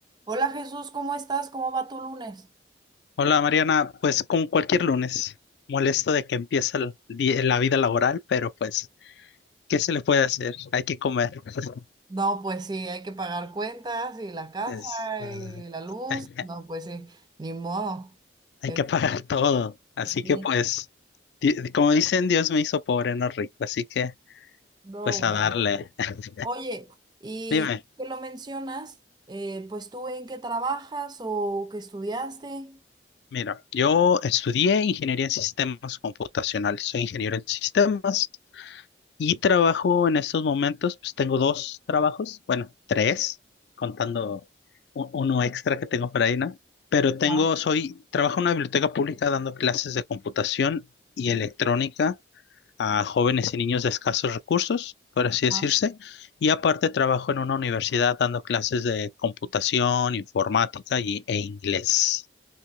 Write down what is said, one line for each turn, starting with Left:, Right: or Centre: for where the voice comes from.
Right: Hola Jesús, ¿cómo estás? ¿Cómo va tu lunes?
Left: Hola Mariana, pues como cualquier lunes, molesto de que empieza el di- la vida laboral, pero pues, ¿qué se le puede hacer? Hay que comer, <laughs>
Right: No, pues sí, hay que pagar cuentas y la casa
Left: Es, ah,
Right: y la luz.
Left: <laughs>
Right: No, pues sí, ni modo.
Left: hay
Right: Es-
Left: que pagar todo, así
Right: Sí,
Left: que pues, di- como dicen, Dios me hizo pobre, no rico, así que
Right: no,
Left: pues a
Right: bueno.
Left: darle. <laughs>
Right: Oye, y
Left: Dime,
Right: que lo mencionas, eh, pues tú en qué trabajas o qué estudiaste.
Left: mira, yo estudié ingeniería en sistemas computacionales, soy ingeniero en sistemas, Y trabajo en estos momentos, pues tengo dos trabajos, bueno, tres, contando u- uno extra que tengo por ahí, ¿no? Pero tengo,
Right: Ah,
Left: soy, trabajo en una biblioteca pública dando clases de computación y electrónica a jóvenes y niños de escasos recursos, por así decirse.
Right: ah.
Left: Y aparte trabajo en una universidad dando clases de computación, informática y, e inglés.